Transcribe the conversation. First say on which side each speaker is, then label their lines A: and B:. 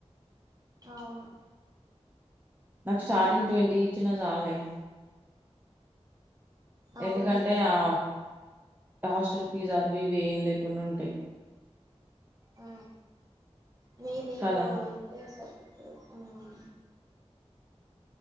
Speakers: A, on the right (about 30°); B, on the right (about 15°).
A: అవును
B: నాకు స్టార్టింగ్ ట్వంటీ ఇచ్చిన చాలే
A: అవునులే
B: ఎందుకంటే ఆ హాస్టల్ ఫీజు అవి ఇవి ఏం లేకుండా ఉంటాయి
A: ఆ నీయ్యి నీకు
B: కదా
A: వెళ్తే సరిపోతది ఉమ్